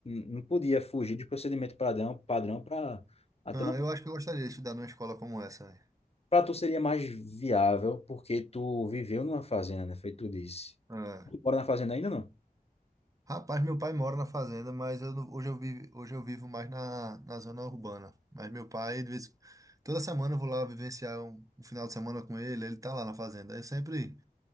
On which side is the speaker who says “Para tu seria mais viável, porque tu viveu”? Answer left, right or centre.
Left